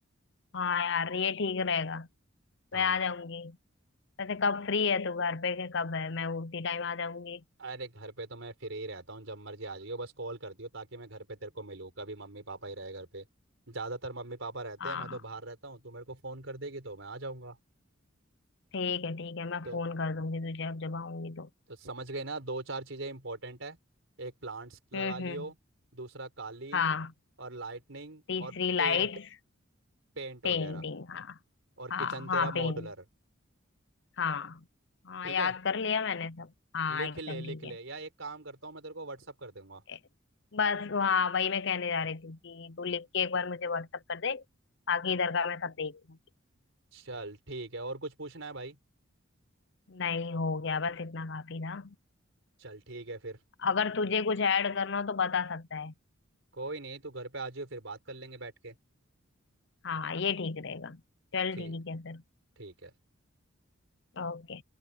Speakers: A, on the left (about 60°); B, on the right (about 65°).
A: हाँ यार ये ठीक रहेगा
B: हाँ
A: मैं आ जाऊंगी वैसे कब फ्री है तू घर पे के कब है मैं उसी टाइम आ जाऊंगी
B: अरे घर पे तो मैं फ्री ही रहता हूँ जब मर्जी आ जाइयो बस कॉल कर दियो ताकि मैं घर पे तेरे को मिलूँ कभी मम्मी पापा ही रहे घर पे ज़्यादातर मम्मी पापा रहते
A: हाँ
B: हैं मैं तो बाहर रहता हूँ तू मेरे को फ़ोन कर देगी तो मैं आ जाऊँगा
A: ठीक है ठीक है मैं
B: तो
A: फोन कर दूंगी तुझे अब जब आऊंगी तो
B: तो समझ गए ना दो चार चीज़ें इंपॉर्टेंट है एक प्लांट्स लगा
A: हम्म
B: लियो
A: हम्म
B: दूसरा कालीन
A: हाँ
B: और लाइटनिंग
A: तीसरी
B: और पेंट
A: लाइट्स
B: पेंट
A: पेंटिंग
B: वगैरह
A: हाँ
B: और
A: हाँ
B: किचन तेरा
A: हाँ
B: मॉडुलर
A: पेंटिंग हाँ हाँ
B: ठीक
A: याद
B: है
A: कर लिया मैंने सब हाँ
B: लिख
A: एकदम
B: ले लिख
A: ठीक
B: ले
A: है
B: या एक काम करता हूँ मैं तेरे को व्हाट्सअप कर दूंगा
A: ए, बस हाँ वही मैं कहने जा रही थी कि तू लिख के एक बार मुझे व्हाट्सअप कर दे बाकी इधर का मैं सब देख लूंगी
B: चल ठीक है और कुछ पूछना है भाई
A: नहीं हो गया बस इतना काफी था
B: चल ठीक है फिर
A: अगर तुझे कुछ ऐड करना हो तो बता सकता है
B: कोई नहीं तू घर पे आ जाओ फिर बात कर लेंगे बैठ के
A: हाँ ये ठीक रहेगा चल
B: ठीक
A: ठीक है फिर
B: ठीक है
A: ओके